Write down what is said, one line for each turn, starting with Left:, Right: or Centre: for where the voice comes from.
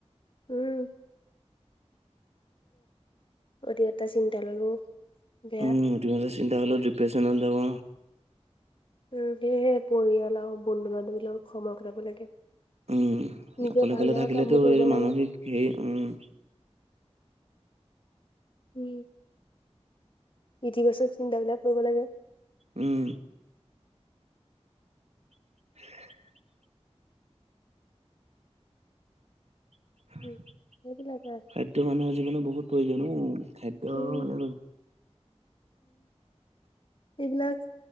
Left: উম। অতি এটা চিন্তা ললো। বেয়া
Right: উম অতিমাত্ৰা চিন্তা হলেওঁ ডিপ্ৰেশচনত যাব।
Left: উ সেয়েহে পৰিয়াল আৰু বন্ধু বান্ধৱীলক সময় কটাব লাগে।
Right: উম
Left: নিজৰ
Right: অকলে
Left: ভাল
Right: কলে
Left: লগা
Right: থাকিলেতো
Left: কামবোৰ কৰিব
Right: এই
Left: লাগে
Right: মানসিক হেৰি উম।
Left: উম ইতিবাচক চিন্তাবিলাক কৰিব লাগে।
Right: উম। <unintelligible> <unintelligible>
Left: উম সেইবিলাকে
Right: খাদ্য মানহ য। মানে বহুত প্ৰয়োজন অঁ খাদ্য
Left: উম,
Right: মানে।
Left: একলাখ।